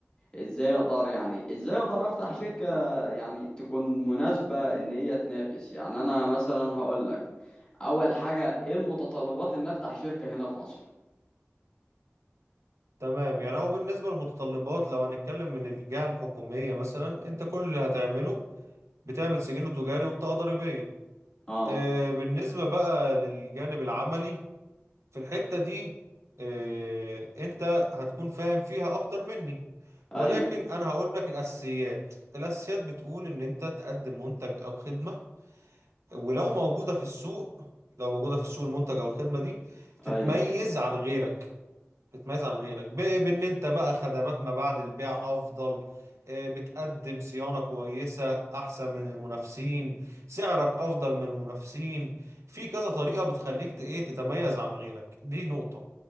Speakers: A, on the left; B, on the right.
A: ازاي اقدر يعني ازاي اقدر افتح شركة يعني تكون مناسبة ان هي تنافس يعني انا مثلا هقول لك اول حاجة ايه المتطلبات ان افتح شركة هنا في مصر
B: تمام يعني هو بالنسبة للمتطلبات لو هنتكلم من الجهة الحكومية مثلا انت كل اللي هتعمله بتعمل سجل تجاري وبطاقة ضريبية
A: اه
B: آه، بالنسبة بقى للجانب العملي في الحتة دي آه، انت هتكون فاهم فيها اكتر مني ولكن
A: ايوه
B: انا هقول لك الاساسيات الاساسيات بتقول ان انت تقدم منتج او خدمة ولو موجودة في السوق لو موجودة في السوق المنتج او الخدمة دي تتميز
A: ايوه
B: عن غيرك بتميز عن غيرك ب- بان انت بقى خدمات ما بعد البيع افضل آه، بتقدم صيانة كويسة احسن من المنافسين سعرك افضل من المنافسين في كذا طريقة بتخليك ت- ايه تتميز عن غيرك دي نقطة